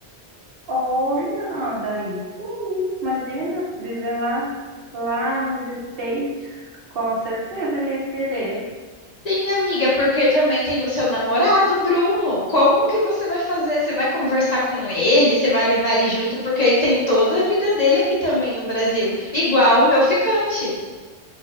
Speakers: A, on the right; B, on the left.
A: Olha, daí sim, imagina viver lá, lá nos States, com certeza ele ia querer.
B: Sim, amiga, porque também tem o seu namorado, Bruno. Como que você vai fazer? Você vai conversar com ele? Você vai levar ele junto? Porque aí tem toda a vida dele aqui também no Brasil, igual o meu ficante.